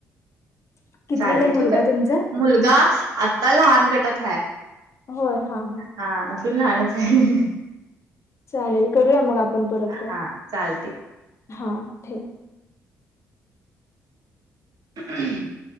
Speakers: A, on the left; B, on the right.
A: <inaudible>
B: चालते
A: मुलगा
B: ठीक आहे
A: तुमचा
B: मुलगा आता लहान गटात आहे.
A: होय हा हा.
B: हा अजून लहानच आहे.
A: चालेल करूया मग आपण परत
B: हा
A: कॉल
B: चालते.
A: हा ठेव.
B: <inaudible>